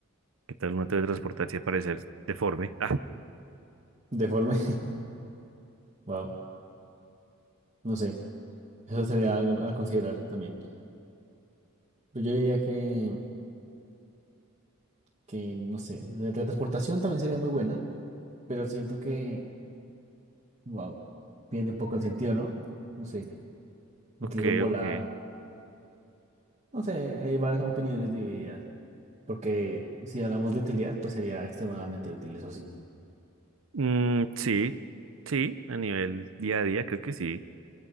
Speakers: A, on the right; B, on the right.
A: ¿Qué tal una teletransportarse y aparecer deforme? Ah,
B: Deforme, <laughs> wow, no sé, eso sería algo a considerar también. Pero yo diría que, que no sé, la transportación también sería muy buena, pero siento que, wow, pierde un poco el sentido, ¿no? No sé, incluso
A: ok,
B: volar,
A: ok.
B: no sé, hay varias opiniones divididas. Porque si hablamos de utilidad, pues sería extremadamente útil, eso sí.
A: Mm, sí, sí, a nivel día a día creo que sí.